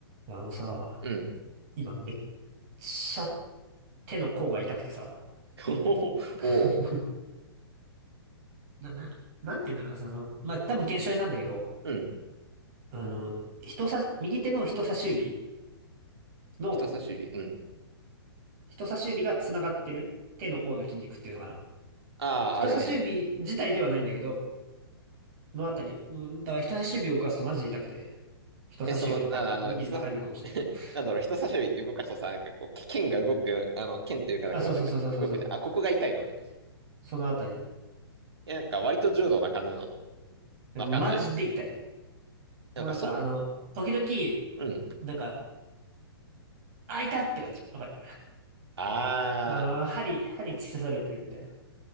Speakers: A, on the right (about 40°); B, on the right (about 80°).
A: あのさ、
B: うん。
A: 今めっちゃ手の甲が痛くてさ、
B: <laughs>
A: <laughs>
B: おお、
A: な、な、なんていうんだろうな、その、まあ、多分腱鞘炎なんだけど、
B: うん。
A: あの、人さ、右手の人差し指の、
B: 人差し指。うん。
A: 人差し指が繋がってる手の甲の筋肉っていうのかな。
B: ああ、
A: 人差し指自体ではないんだけど、
B: あるね。
A: のあたり、うん、だから人差し指を動かすとマジで痛くて、人差し指とか、
B: え、その、なんだ、
A: まあ、
B: あの、
A: ネギリ中指かもしれないけど、
B: 人、<laughs> なんだろう、人差し指って動かすとさ、
A: うん。
B: なんかこう、け剣が動く、あの、剣というか、
A: あ、
B: こう、
A: そうそうそうそうそうそう、
B: なんか、動くじゃん。あ、ここが痛いのね。
A: そのあたり。
B: え、なんか、割と柔道な感じなの。
A: マジで痛い。
B: わかんない。なんか、
A: もうなんかあの、
B: そ、
A: 時々、
B: うん。
A: なんか、あ、いたって感じ。わかる。
B: ああ、
A: あの、針、針突き刺されてるみたいな。